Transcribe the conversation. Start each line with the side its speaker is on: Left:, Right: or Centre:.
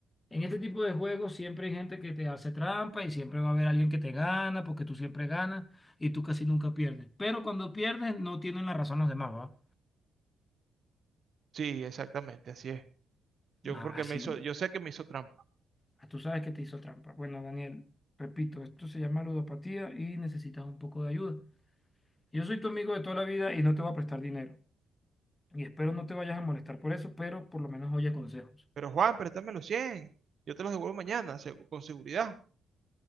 Left: En este tipo de juegos siempre hay gente que te hace trampa y siempre va a haber alguien que te gana porque tú siempre ganas y tú casi nunca pierdes. Pero cuando pierdes no tienen la razón los demás, ¿va?
Right: Sí, exactamente, así es. Yo
Left: Ah,
Right: porque
Left: así,
Right: me hizo, yo sé que me hizo trampa.
Left: ah, tú sabes que te hizo trampa. Bueno, Daniel, repito, esto se llama ludopatía y necesitas un poco de ayuda. Yo soy tu amigo de toda la vida y no te voy a prestar dinero. Y espero no te vayas a molestar por eso, pero por lo menos oye consejos.
Right: Pero Juan, préstame los cien Yo te los devuelvo mañana, se- con seguridad.